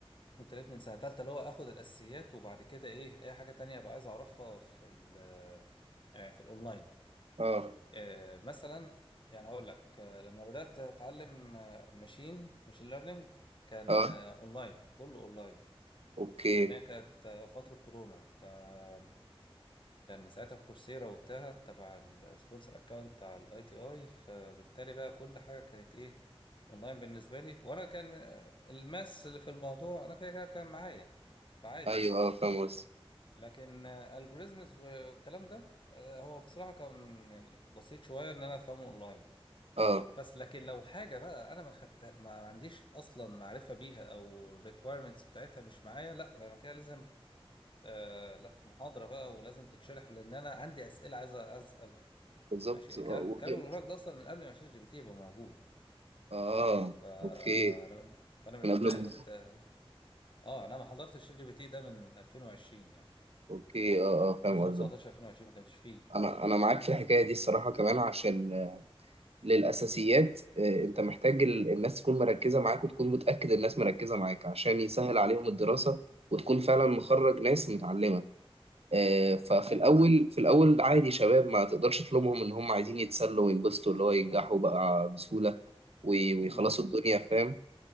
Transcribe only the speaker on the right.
اه
اه
اوكي
ايوه اه فاهم قصدي
اه
بالظبط
اه وغير-
آه،
اوكي
من قبل
ما-
اوكي اه اه فاهم
قصدك
انا انا معاك في الحكايه دي الصراحه كمان عشان آه، للاساسيات آه، انت محتاج ال- الناس تكون مركزه معاك وتكون متاكد الناس مركزه معاك عشان يسهل عليهم الدراسه وتكون فعلا مخرج ناس متعلمه آه، ففي
الاول في الاول عادي شباب ما تقدرش تلومهم ان هم عايزين يتسلوا وينبسطوا اللي هو ينجحوا بقى بسهولة وي- ويخلصوا
الدنيا فاهم